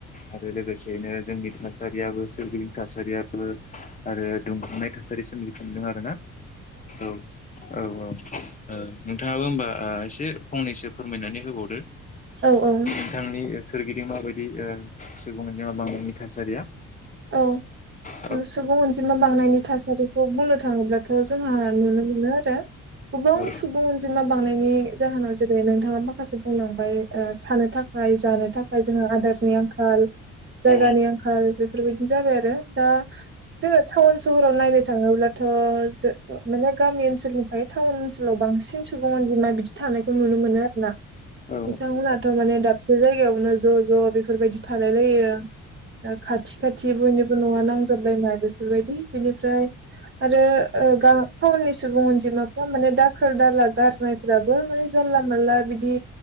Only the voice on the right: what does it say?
औ औ
औ
सुबुं अनजिमा बांनायनि थासारिखौ बुंनो थाङोब्ला थ' जोंहा नुनो मोनो आरो गोबां
सुबुं अनजिमा बांनायनि जाहोनाव जेरै नोंथाङा माखासे बुंलांबाय थानो थाखाय जानो था खाय जोंहा आदारनि आंखाल, जायगानि
आंखाल बेफोरबायदिनो जाबाय आरो दा जोङो टाउन सहराव नायनो थाङोब्लाथ' ज माने गामि ओनसोलनिफ्राय टाउन ओनसोलाव बांसिन बांसिन सुबुं अनजिमा बिदि थानायखौ नुनो मोनो आरोना।
बिथांमोनाथ' माने दाबसे जायगायावनो ज' ज' बेफोरबायदि थालाय लायो। दा खा थि खाथि बयनिबो नङा नांजाबलायनाय बेफोरबायदि बेनिफ्राय आरो गा टाउननि सुबुं अनजिमाफ्रा माने दाखोर दाला गारनायफ्राबो माने जानला मानला बिदि